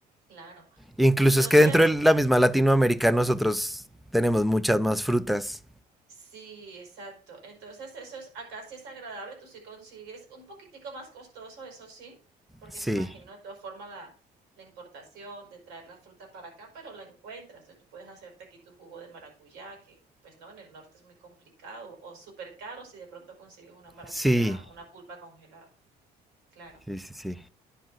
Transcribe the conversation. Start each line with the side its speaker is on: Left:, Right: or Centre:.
Right: claro.
Centre: Incluso
Right: Entonces,
Centre: es que dentro de la misma Latinoamérica nosotros tenemos muchas más frutas.
Right: Sí, exacto. Entonces, eso es acá sí es agradable, tú sí consigues un poquitico más costoso, eso sí, porque
Centre: Sí,
Right: me imagino de todas formas la, la importación de traer la fruta para acá, pero la encuentras. Entonces, tú puedes hacerte aquí tu jugo de maracuyá, que pues no, en el norte es muy complicado o súper caro si de pronto consigues una maracuyá,
Centre: sí,
Right: una pulpa congelada. Claro.
Centre: sí, sí, sí.